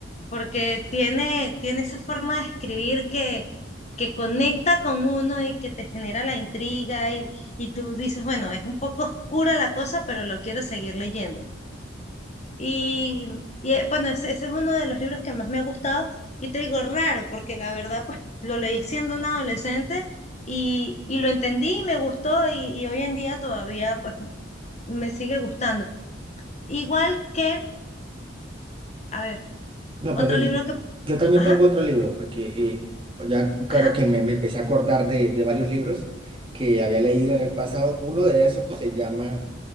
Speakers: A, on the left (about 35°); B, on the right (about 25°).
A: porque tiene, tiene esa forma de escribir que, que conecta con uno y que te genera la intriga y, y tú dices, bueno, es un poco oscura la cosa, pero lo quiero seguir leyendo. Y, y, eh, bueno, ese, ese es uno de los libros que más me ha gustado y te digo raro, porque la verdad, pues lo leí siendo una adolescente y, y lo entendí y me gustó y, y hoy en día todavía, pues me sigue gustando. Igual que, a ver,
B: No,
A: otro
B: pero ve,
A: libro que,
B: yo también
A: ajá,
B: tengo otro libro, porque eh, ya ahora
A: ajá,
B: que me, me empecé a acordar de, de varios libros que había leído en el pasado, uno de esos se llama